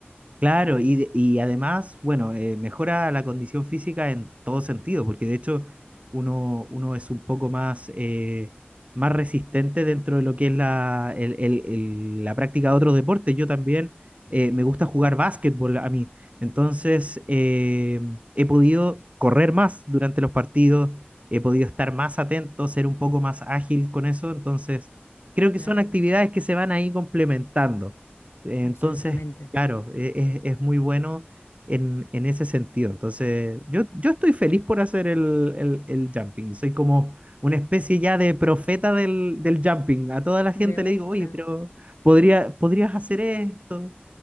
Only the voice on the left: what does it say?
Claro,
absolutamente.
Me
gusta.